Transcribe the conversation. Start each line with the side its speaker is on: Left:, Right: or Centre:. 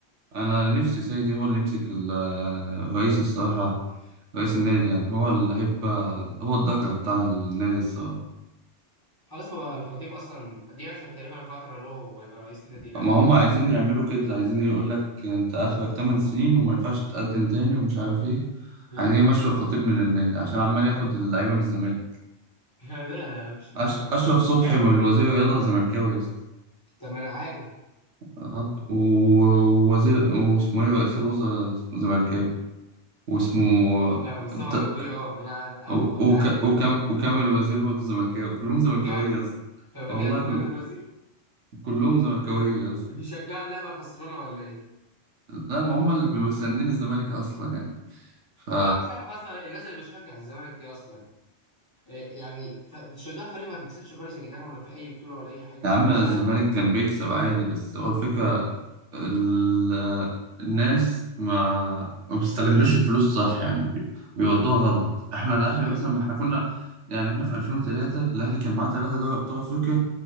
Right: انا نفسي سيدي هو اللي يمسك ال- آه، الرئيس الصراحه رئيس النادي يعني هو اللي هيبقى هو الذكر بتاع النادي الصراحه
Left: خلاص هو الخطيب اصلا دي اخر تقريبا فتره له وهيبقى رئيس نادي الاهلي
Right: ما هم عايزين يعملوا كده عايزين يقول لك انت اخرك 8 سنين وما ينفعش تقدم تاني ومش عارف ايه
Left: مم.
Right: عايزين يمشوا الخطيب من النادي عشان عمال ياخد اللعيبه من الزمالك
Left: <laughs> لا لا لا مش الكلام
Right: أش...
Left: ده
Right: اشرف
Left: مش
Right: صبحي
Left: مش كده
Right: من وزير الرياضه زملكاوي يا اسطى
Left: طب ما انا عارف
Right: اه. ووزير واسمه ايه رئيس الوزراء زملكاوي واسمه
Left: آه، مصطفى
Right: بت...
Left: مدبولي اه ما انا عارف او
Right: و-
Left: كنت
Right: وك...
Left: عارف برضه
Right: وكم...
Left: الحكايه دي
Right: وكامل الوزير برضه زملكاوي كلهم زملكاويه
Left: بجد
Right: يا اسطى
Left: فبجد
Right: والله كل...
Left: جابر الوزير
Right: كلهم زملكاويه
Left: بي-
Right: يا اسطى
Left: بيشجعوا اللعبه الخسرانه ولا ايه؟
Right: لا ما هم اللي بيبقوا مساندين الزمالك اصلا يعني ف
Left: وانا عايز اعرف اصلا الناس اللي بتشجع الزمالك دي اصلا آه، يعني ف- بتشجعوا فريق ما بيكسبش خالص يا جدعان ولا في اي بطوله ولا اي حاجه
Right: يا عم
Left: مش
Right: الزمالك
Left: عارف
Right: كان بيكسب عادي بس هو الفكرة ال... الناس ما ما بيستغلوش الفلوس صح يعني بي... بيودوها غلط احنا الاهلي
Left: يا عم،
Right: مثلا ما احنا كنا يعني احنا في 2003 الاهلي كان معاه ثلاثة دوري ابطال افريقيا